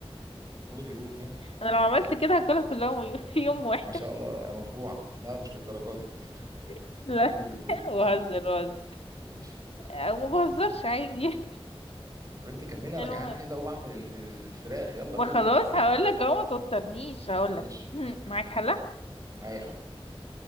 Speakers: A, on the right (about 35°); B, on the left (about 75°).
A: قولي قولي ها
B: انا لو عملت كده هاكلها كلها في يوم واحد
A: ما شاء الله يا مفجوعه لا مش للدرجه دي <laughs>
B: <laughs> لا
A: قولي قولي
B: بهزر بهزر
A: ماشي
B: او ما بهزرش عادي
A: طب انت كملي
B: <laughs>
A: انا
B: المهم
A: جعان عايز اقوم اعمل الف- الفراخ يلا
B: وخلاص
A: قولي
B: هقول لك اهو ما توترنيش هقول
A: ماشي
B: لك <clears throat> معاك حله
A: معايا حل